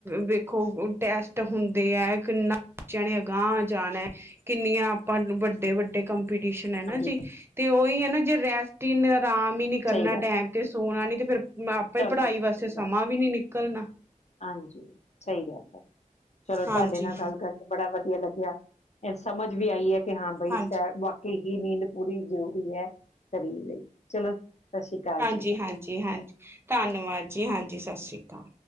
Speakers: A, on the right; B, on the left.
A: ਵੇਖੋ ਟੈਸਟ ਹੁੰਦੇ ਐ ਕਿੰਨਾ ਬੱਚਿਆਂ ਨੇ ਅਗਾਂਹ ਜਾਨੈ। ਕਿੰਨੀਆਂ ਆਪਾਂ ਨੂੰ ਵੱਡੇ-ਵੱਡੇ ਕੰਮ ਕੰਮਪੀਟੀਸ਼ਨ ਐ ਨਾ
B: ਹਾਂਜੀ
A: ਜੀ ਤੇ ਓਈ ਐ ਨਾ ਜੇ ਰੈਸਟ ਈ ਆਰਾਮ ਈ ਨੀ ਕਰਨਾ
B: ਸਹੀ ਗੱਲ
A: ਟੈਮ ਤੇ ਸੋਨਾ ਨੀ ਤੇ ਫੇਰ ਆਪੇ
B: ਚਲੋ
A: ਪੜਾਈ
B: ਸਹੀ
A: ਵਾਸਤੇ ਸਮਾਂ
B: ਗੱਲ
A: ਵੀ ਨੀ ਨਿਕਲਨਾ।
B: ਹਾਂਜੀ ਸਈ ਗੱਲ ਐ ਚਲੋ ਤੁਆਡੇ
A: ਹਾਂਜੀ
B: ਨਾਲ ਗੱਲ ਕਰਕੇ ਬੜਾ ਵਦੀਆ ਲੱਗੇਆ। ਐਹ ਸਮਝ ਵੀ ਆਈ ਐ ਕਿ ਹਾਂ ਬਈ
A: ਹਾਂਜੀ
B: ਸੈ ਬਾਕਈ ਨੀਂਦ ਪੂਰੀ ਜ਼ਰੂਰੀ ਐ ਸਰੀਰ ਲਈ। ਚਲੋ ਸਤਿ ਸ੍ਰੀ ਅਕਾਲ
A: ਹਾਂਜੀ
B: ਜੀ।
A: ਹਾਂਜੀ, ਹਾਂਜੀ। ਧੰਨਵਾਦ ਜੀ, ਹਾਂਜੀ ਸਤਿ ਸ੍ਰੀ ਅਕਾਲ।